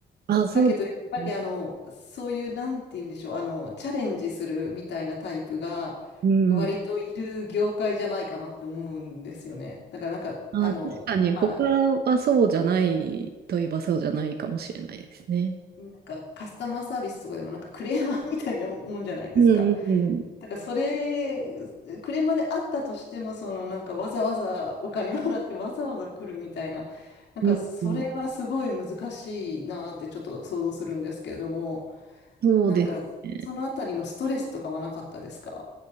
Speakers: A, on the right; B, on the left.
A: あ、そうですね。
B: だけど、やっぱりあの、そういう、なんて言うんでしょう、あの、チャレンジするみたいなタイプが、
A: うん。
B: 割といる業界じゃないかなって思うんですよね。だからなんか、
A: あ、
B: あの、
A: 確かに、
B: まあ、
A: 他はそうじゃないといえばそうじゃないかもしれないですね。
B: なんかカスタマーサービスとかでもなんかクレーマーみたいなもんじゃないですか。
A: うんうんうん。
B: だからそれ、クレーマーであったとしても、そのなんかわざわざお金払ってわざわざ来るみたいな、なんかそれはすごい難しいなってちょっと想像するんですけれども。
A: うんうん、そうですね。
B: なんか、そのあたりのストレスとかはなかったですか